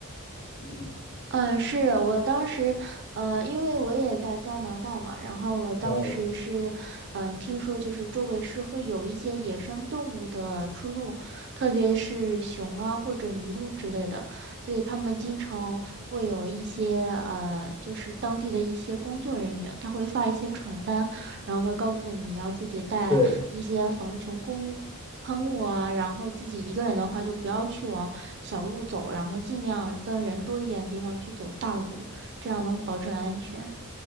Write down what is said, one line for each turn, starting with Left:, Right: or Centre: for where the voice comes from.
Left: 嗯，
Right: 嗯，是我当时，呃，因为我也在加拿大嘛，然后我当时是，
Left: 哦，
Right: 嗯，听说就是周围是会有一些野生动物的出入，特别是熊啊或者麋鹿之类的，所以他们经常会有一些，呃，就是当地的一些工作人员，他会发一些传单，然后会告诉你要自己带一些防熊工喷雾啊，
Left: 对。
Right: 然后自己一个人的话就不要去往小路走，然后尽量跟人多一点的地方去走大路，这样能保证安全